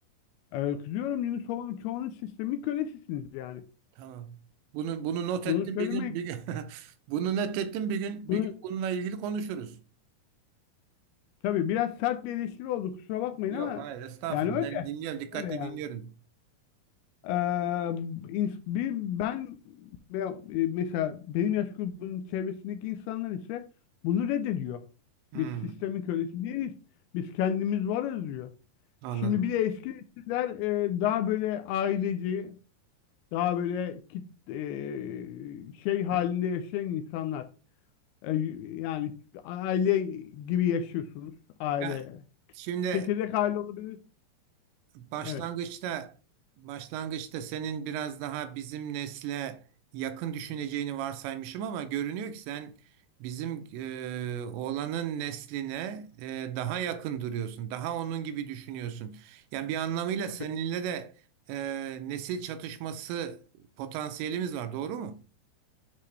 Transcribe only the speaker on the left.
e, kızıyorum çünkü ço çoğunuz sistemin kölesisiniz yani.
Bunu
söylemek,
bunu
Tabii biraz sert bir eleştiri oldu kusura bakmayın
ama
yani öyle
öyle yani.
Ee, ins- bir, ben ve- e, mesela benim yaş grubunun çevresindeki insanlar ise bunu reddediyor.
Biz sistemin kölesi değiliz. Biz kendimiz varız diyor.
Şimdi bir de eski nesiller e, daha böyle aileci, daha böyle kit, e, şey halinde yaşayan insanlar. E, yani aile gibi yaşıyorsunuz. Aile.
Çekirdek aile olabilir
Evet.
Tabii.